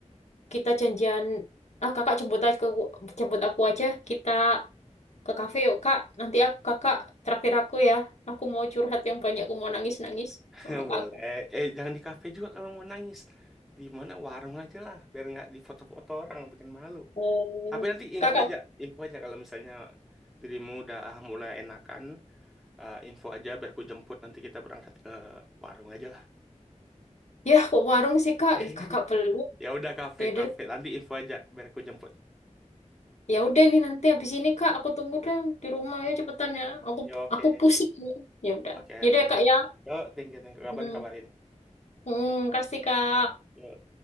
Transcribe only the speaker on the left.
kita janjian ah kakak jemput aja ke jemput aku aja kita ke kafe yuk kak nanti aku kakak traktir aku ya aku mau curhat yang banyak aku mau nangis nangis
sama kakak
oh
kakak
ya kok warung sih kak
Ih, kakak belum
ya udah
ya udah nih nanti habis ini kak aku tunggu deh di rumah ya cepetan ya aku
aku pusing ya udah
ya udah
kak
ya
Hmm.
Mm, kasih Kak.